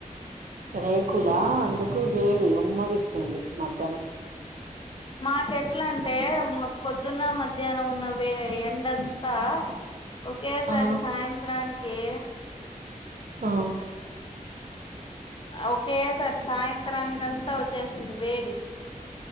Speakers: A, on the right (about 70°); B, on the left (about 35°).
A: రేకులా అందుకు వేడి ఉమ్మగిస్తుంది మధ్యానం
B: మాకు ఎట్లా అంటే మొ పొద్దున్న మధ్యాహ్నం ఉన్న ఎండంత ఒకేసారి
A: ఆ
B: సాయంత్రానికి కే
A: ఆ
B: ఒకేసారి సాయంత్రానికి అంతా వచ్చేస్తుంది వేడి